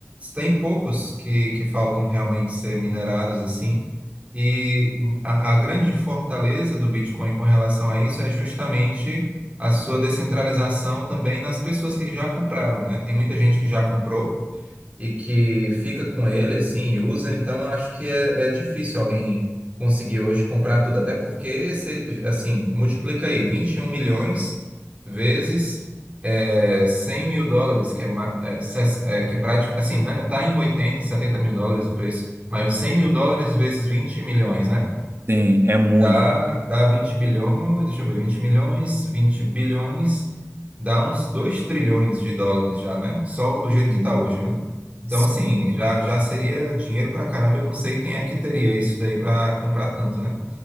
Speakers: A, on the right (about 25°); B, on the right (about 55°).
A: Tem poucos que, que faltam realmente ser minerados assim. E a, a grande fortaleza do Bitcoin com relação a isso é justamente a sua descentralização também nas pessoas que já compraram, né? Tem muita gente que já comprou e que fica com ele assim e usa, então eu acho que é, é difícil alguém conseguir hoje comprar tudo, até porque se, assim, multiplica aí 21 milhões vezes é, 100 mil dólares, que é, ma- é, ses- é, que é prática, assim, né? Tá em oitenta 70 mil dólares o preço, mas 100 mil dólares vezes 20 milhões, né?
B: Sim, é muito.
A: Dá, dá 20 bilhões, deixa eu ver, 20 milhões, 20 bilhões, dá uns 2 trilhões de dólares já, né? Só do jeito
B: Sim.
A: que tá hoje, né? Então,
B: Sim.
A: assim, já, já seria dinheiro pra caramba, eu não sei quem é que teria isso daí pra comprar tanto, né?